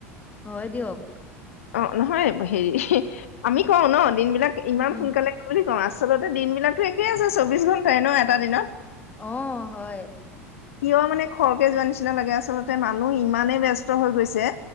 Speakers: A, on the left (about 20°); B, on the left (about 75°).
A: হয় দিয়ক।
B: অ নহয় হেৰি, ইহি আমি কওঁ ন দিন বিলাক ইমান
A: উম
B: সোনকালে মানে আচলতে দিন বিলাকো একেই আছে চৌবিশ ঘণ্টাই ন? এটা দিনত
A: অ হয়।
B: কিয় মানে খৰকে যোৱা নিচিনা লাগে আচলতে মানুহ ইমানে ব্যস্ত হৈ গৈছে